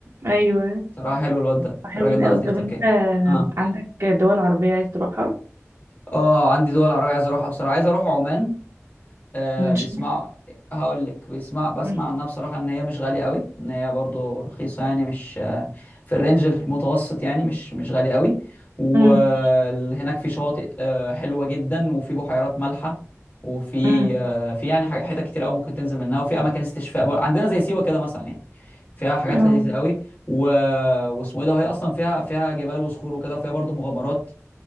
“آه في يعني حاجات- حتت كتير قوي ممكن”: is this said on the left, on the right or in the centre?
Left